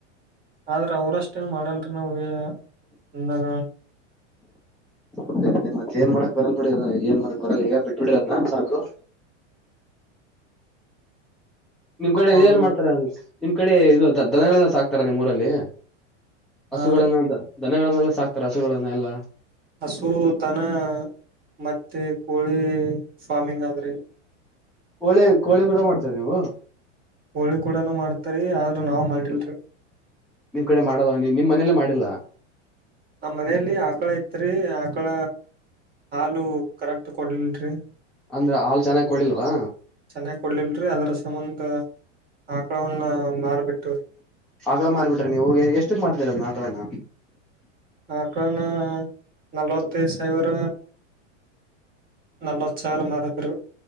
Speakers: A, on the right (about 25°); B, in the centre.
A: ಆದ್ರ ಅವ್ರಷ್ಟೇನ್ ಮಾಡಲ್ರಿ ನಾವ ನನ್ನ
B: ಅದೇ ಅದೇ ಮತ್ತ ಏನ್ ಮಾಡಕ್ ಬರಲ್ ಬಿಡಿ ಏನ್ ಮಾಡಾಕ್ ಬರಲ್ಲ ಈಗ ಬಿಟ್ಬಿಡಿರದ್ನ ಸಾಕು ನಿಮ್ ಕಡೆ
A: ಅವರು
B: ಏನ್ ಮಾಡ್ತಾರ ಅಲ್ಲಿ ನಿಮ್ ಕಡೆ ಇದು ದ ದನಗಳೆಲ್ಲ ಸಾಕ್ತಾರ ನಿಮ್ಮ ಊರಲ್ಲಿ ಹಸುಗಳನ್ನಂತ
A: ಆ ರೀ
B: ದನಗಳನ್ನೆಲ್ಲ ಸಾಕ್ತಾರೆ ಹಸುಗಳನ್ನೆಲ್ಲಾ
A: ಹಸುತನ ಮತ್ತೆ ಕೋಳಿ ಫಾರ್ಮಿಂಗ್ ಆದ್ರೆ
B: ಕೋಳಿ ಕೋಳಿ ಕೂಡ ಮಾಡ್ತವೆ ನೀವು
A: ಹೋಳಿ ಕೂಡನು ಮಾಡ್ತರಿ ಆದ್ರ ನಾವವು ಮಾಡಿಲ್ರಿ
B: ನಿಮ್ ಕಡೆ ಮಾಡದ ನಿಮ್ ಮನೇಲ್ಲೇ ಮಾಡಿಲ್ಲ
A: ನಮ್ ಮನೇಲಿ ಆಕಳ ಇತ್ರಿ ಆಕಳ ಹಾಲು ಕರೆಕ್ಟ್ ಕೊಡ್ಲ್ರರಿ
B: ಅಂದ್ರ ಹಾಲ್ ಚೆನ್ನಾಗಿ ಕೊಡಿಲ್ವಾ
A: ಚೆನ್ನಾಗ್ ಕೊಡ್ಲಿಲ್ರಿ ಅದ್ರ ಸಂಬಂಧ ಆಕಳವನ್ನ ಮಾರ್ಬಿಟ್ಟವ್ರಿ
B: ಆಕಲ ಮಾರ್ಬಿಟ್ರ ನೀವು ಎಷ್ಟಕ್ ಮಾರ್ತೀರದ ಆಕಲನ
A: ನಕನ ನಲವಟೈದ್ ಐವರ ನಲ್ಲೋಸಾರ ಮಾಡಿದ್ರು